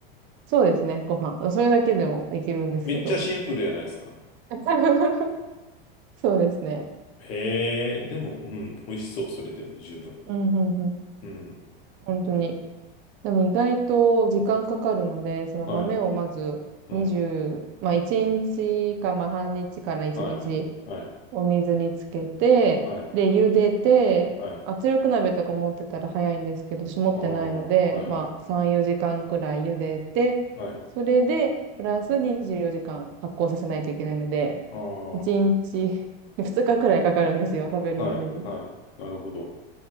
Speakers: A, on the right; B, on the left.
A: そうですね、ご飯。それだけでもできるんですけど。
B: めっちゃシンプルじゃないですか。
A: <laughs> そうですね。
B: へえ、でも、うん、美味しそう。それでも十分。
A: うん、うん、うん。
B: うん。
A: 本当に。でも意外と時間かかるので、その豆をまず20、
B: はい。うん。
A: まあ1日かまあ半日から1日
B: はい。はい。
A: お水につけて、
B: はい。
A: で、茹でて、
B: はい。
A: 圧力鍋とか持ってたら早いんですけど、私持ってないので、
B: ああ、はいはい。
A: まあ3、4時間くらい茹でて、
B: はい。
A: それで、プラス24時間発酵させないといけないので、
B: ああ、
A: 1日、
B: は
A: 2日くらいかかるんですよ、食べるまでに。
B: い。はい。なるほど。